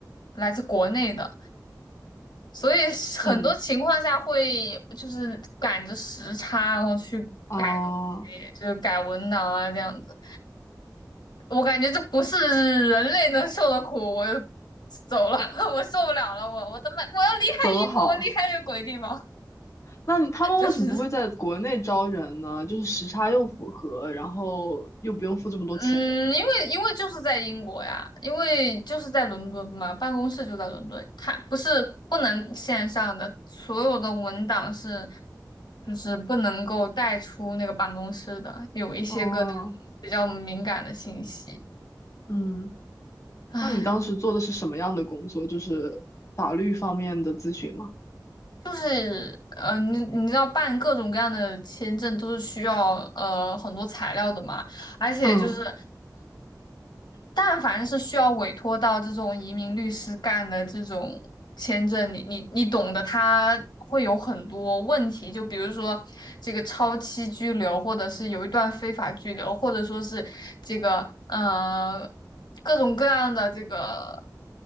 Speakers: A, on the left; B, on the left.
A: 来自国内的，所以很多情况下会就是赶着时差，
B: 嗯，
A: 然后去改东西，
B: 啊，
A: 就是改文档啊这样子。我感觉这不是人类能受的苦，我就走了，<laughs> 我受不了了，我我他妈我要离开英国，
B: 走得好。
A: 我离开这个鬼地方，
B: 那你他们为什么不会在国内招人呢？
A: <laughs> 就是。
B: 就是时差又符合，然后又不用付这么多钱。
A: 嗯，因为因为就是在英国呀，因为就是在伦敦嘛，办公室就在伦敦，它不是不能线上的，所有的文档是就是不能够带出那个办公室的，有一些个那种比较敏感的信息。
B: 哦，嗯，
A: 唉，
B: 那你当时做的是什么样的工作？就是法律方面的咨询吗？
A: 就是呃，你你知道办各种各样的签证都是需要呃很多材料的嘛，而且就是。
B: 嗯
A: 但凡是需要委托到这种移民律师干的这种签证，你你你懂的，他会有很多问题，就比如说这个超期拘留，或者是有一段非法拘留，或者说是这个呃各种各样的这个，